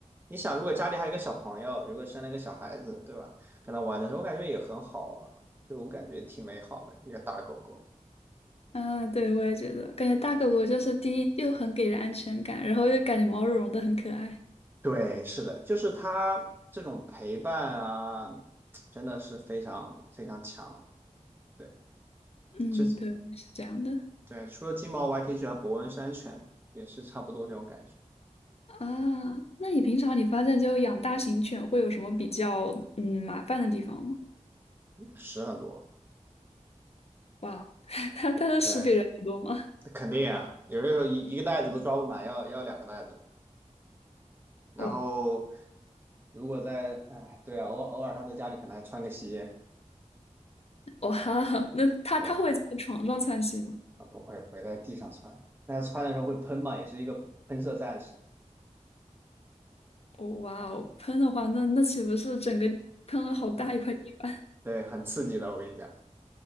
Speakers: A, on the right (about 15°); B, on the left (about 55°).
A: 你想，如果家里还有一个小朋友，如果生了一个小孩子，对吧？跟他玩的时候，我感觉也很好啊，就我感觉挺美好的一个大狗狗。
B: 啊，对，我也觉得，感觉大狗不就是第一又很给人安全感，然后又感觉毛茸茸的很可爱。
A: 对，是的，就是他这种陪伴啊，真的是非常非常强。对，
B: 嗯，
A: 这
B: 对，是这样的
A: 对除了金毛，我还挺喜欢伯恩山犬，也是差不多这种感觉，
B: 啊。那你平常你发现就养大型犬会有什么比较嗯麻烦的地方吗？
A: 屎很多。
B: 哇哦，<laughs> 它它的屎比人还多吗？
A: 对，肯定啊，有些时候一一个袋子都装不满，要要两个袋子。然后
B: 哇
A: 如果在，哎，对啊，偶偶尔他在家里可能还穿个鞋，
B: 哇，<laughs> 那它它会在床上窜稀吗？
A: 对，啊不会不会在地上穿，但他穿的时候会喷嘛，也是一个喷射战士，
B: 哦哇哦，喷的话，那那岂不是整个喷了好大一块地板
A: 对对，很刺激的，我跟你讲。